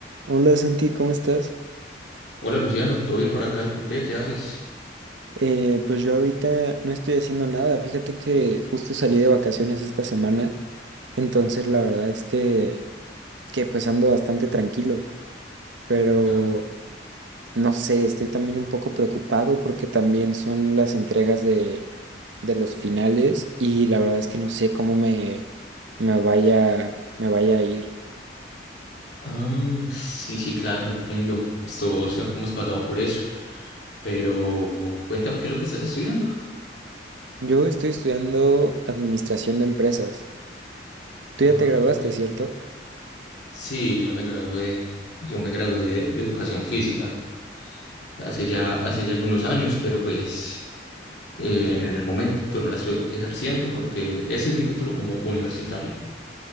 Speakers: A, on the right; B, on the left.
A: Hola Santi, ¿cómo estás?
B: Hola Luciano, ¿todo bien por acá? ¿Y tú qué? ¿Qué haces?
A: Eh, pues yo ahorita no estoy haciendo nada. Fíjate que justo salí de vacaciones esta semana, entonces la verdad es que, que pues ando bastante tranquilo, pero
B: Ah,
A: no sé, estoy también un poco preocupado porque también son las entregas de, de los finales y la verdad es que no sé cómo me, me vaya, me vaya a ir.
B: ah, sí, sí, claro, entiendo. Pues todos hemos pasado por eso. Pero cuéntame qué es lo que estás estudiando.
A: Yo estoy estudiando administración de empresas. Tú
B: Ah,
A: ya te graduaste,
B: ok.
A: ¿cierto?
B: Sí, yo ya me gradué. Yo me gradué de, de educación física hace ya, hace ya algunos años, pero pues eh, en el momento no la estoy ejerciendo porque ese es mi título como universitario.